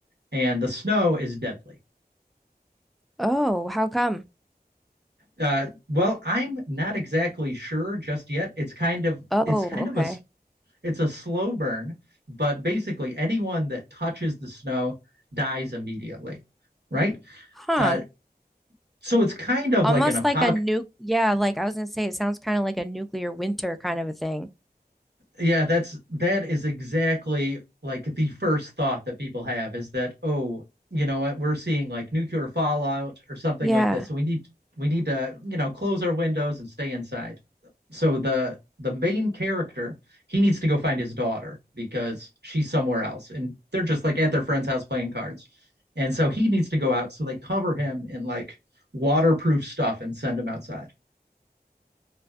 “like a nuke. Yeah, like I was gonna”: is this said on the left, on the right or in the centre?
Centre